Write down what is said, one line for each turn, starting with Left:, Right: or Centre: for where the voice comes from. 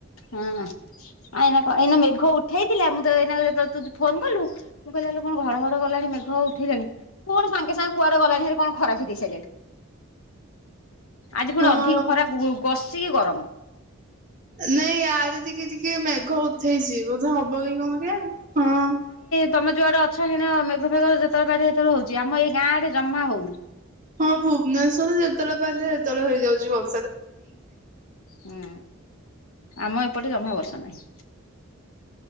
Left: ହଁ ଅଁ, ଏଇନା କ-ଏଇନା ମେଘ ଉଠେଇଥିଲା ମୁଁ ତ ଏଇନା ଏ ତ ତୁ ଯୋ ଫୋନ୍ କଲୁ। ମୁଁ କହିଲି ଆଲୋ କଣ ଘଡ ଘଡ କଲାଣି ମେଘ ଉଠେଇଲାଣି। ପୁଣି ସାଙ୍ଗେ ସାଙ୍ଗେ କୁଆଡେ ଗଲାଣି ହେରେ କଣ ଖରା ଫିଟେଇ ସାଇଲାଣି। ଆଜି ପୁଣି
Right: ହଁ
Left: ଅଧିକ ଖରା ଗୁ- କଷିକି ଗରମ।
Right: ନାଇଁ ଇଆଡେ ଟିକେ ଟିକେ ମେଘ ଉଠେଇଚି ବୋଧେ ହବ କି କଣ କେଇଆଣି। ହଁ।
Left: ତୋମେ ଯୁଆଡେ ଅଛ ସେଣେ ମେଘ ଫେଗ ଯେତେଳ ପାରି ସେତେଳେ ହଉଚି। ଆମ ଏଇ ଗାଁ ଆଡେ ଜମା ହଉନି।
Right: ହଁ ଭୁବନେଶ୍ବର ରେ ଯେତେବେଳେ ପାଇଲେ ସେତେବେଳେ ହେଇଯାଉଚି ବର୍
Left: ହୁଁ, ଆମ ଏପଟେ ଜମା ବର୍ଷା ନାହିଁ।